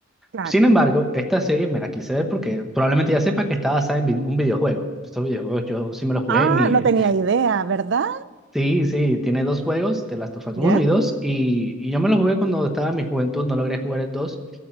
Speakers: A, on the right; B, in the centre.
A: claro.
B: Sin embargo, esta serie me la quise ver porque probablemente ya sepa que está basada en vi- un videojuego. Estos videojuegos yo sí me los jugué
A: Ah,
B: en mi...
A: no Sí. tenía idea, ¿verdad?
B: Sí, sí, tiene dos juegos, The Last of Us
A: ¿Ya?
B: uno y dos y, y yo me los jugué cuando estaba en mi juventud, no logré jugar el dos